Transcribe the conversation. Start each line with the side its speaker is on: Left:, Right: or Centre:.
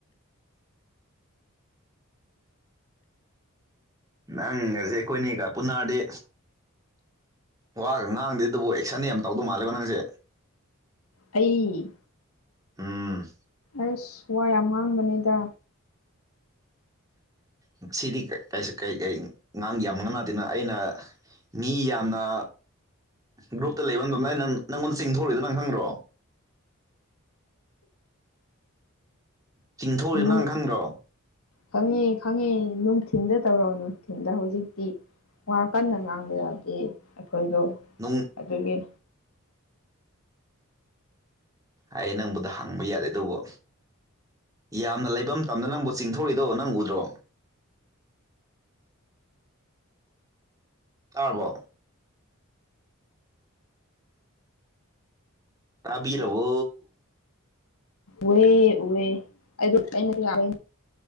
Right: ꯅꯪ ꯉꯁꯦ ꯑꯩꯈꯣꯏꯅꯤꯒ ꯄꯨꯟꯅꯔꯗꯤ ꯋꯥꯒ ꯉꯥꯡꯗꯦ ꯑꯗꯨꯕꯨ ꯑꯦꯛꯁꯟꯗꯤ ꯌꯥꯝ ꯇꯧꯗꯧ ꯃꯥꯜꯂꯦꯕꯣ ꯅꯪꯁꯦ
Left: ꯑꯩ
Right: ꯑ
Left: ꯑꯁ ꯋꯥ ꯌꯥꯝ ꯉꯥꯡꯕꯅꯤꯗ
Right: ꯉꯁꯤꯗꯤ ꯀ ꯀꯔꯤ ꯑꯉꯥꯡ ꯌꯥꯝꯅꯅꯥꯗꯅ ꯑꯩꯅ ꯃꯤ ꯌꯥꯝꯅ ꯒ꯭ꯔꯨꯞꯇ ꯂꯩꯕ ꯃꯇꯝꯗ ꯅꯪ ꯅꯪꯉꯣꯟꯗ ꯆꯤꯡꯊꯣꯔꯂꯤꯗ ꯅꯪ ꯈꯪꯗ꯭ꯔꯣ ꯆꯤꯡꯊꯣꯛꯎꯔꯤ
Left: ꯅꯨꯡ
Right: ꯅꯪ ꯈꯪꯗ꯭ꯔꯣ
Left: ꯈꯪꯉꯦ ꯈꯪꯉꯦ ꯅꯨꯡꯊꯤꯟꯗ ꯇꯧꯔꯣ ꯅꯨꯡꯊꯤꯟꯗ ꯍꯧꯖꯤꯛꯇꯤ ꯋꯥ ꯀꯟꯅ ꯉꯥꯡꯕ ꯌꯥꯗꯦ ꯑꯩꯈꯣꯏꯗꯣ
Right: ꯅꯣꯡ
Left: ꯑꯗꯨꯒꯤ
Right: ꯑꯩ ꯅꯪꯕꯨꯗ ꯍꯪꯕ ꯌꯥꯗꯦ ꯇꯧꯕ ꯌꯥꯝꯅ ꯂꯩꯐꯝ ꯇꯝꯗ ꯅꯪꯕꯨ ꯆꯤꯡꯊꯧꯔꯤꯗꯣ ꯅꯪ ꯎꯗ꯭ꯔꯣ ꯇꯥꯔꯕꯣ ꯇꯥꯕꯤꯔꯕꯣ
Left: ꯎꯑꯦ ꯎꯍꯦ ꯑꯩ ꯑꯩꯅ ꯌꯥ